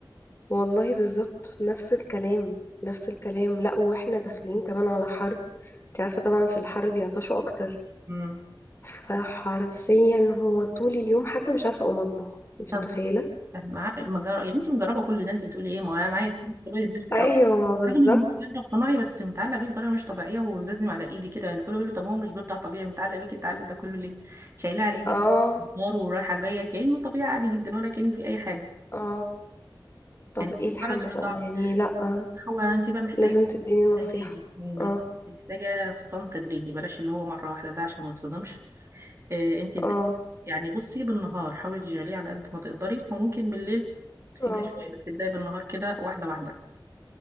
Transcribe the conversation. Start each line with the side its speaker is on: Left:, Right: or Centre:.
Left: والله بالظبط نفس الكلام نفس الكلام لا واحنا داخلين كمان على حرب انت عارفة طبعا في الحرب بيعطشوا اكتر
Right: امم
Left: فحرفيا هو طول اليوم حتى مش عارفة اقوم اطبخ انت
Right: طب
Left: متخيلة
Right: مع المجرة... يا بنتي مجربه كل ده انت بتقولي ايه ما هو انا معايا تغير نفسك
Left: ايوه
Right: او
Left: ما بالظبط
Right: رغم ان هو بيرضع صناعي بس متعلق بيه بطريقه مش طبيعيه ولازم على ايدي كده يعني كله بيقول لي طب هو مش بيرضع طبيعي متعلق بيك التعلق ده كله ليه شايلاه على ايدي
Left: اه
Right: كده نار ورايحه جايه كانه طبيعي عادي جدا ولا كان في اي حاجه
Left: اه طب
Right: يعني
Left: ايه
Right: مش مجرد
Left: الحل
Right: الرضاعه
Left: بقى
Right: بس
Left: يعني لأ
Right: هو انت بقى محتاج
Left: لازم تديني نصيحة
Right: تدريجي يعني
Left: اه
Right: محتاجة فطام تدريجي بلاش اللي هو مرة واحدة ده عشان ما تصدمش آه انتي بدأ
Left: اه
Right: يعني بصي بالنهار حاولي تشغليه على قد ما تقدري وممكن بالليل سيبيه
Left: اه
Right: شوية بس ابدأي بالنهار كده واحدة واحدة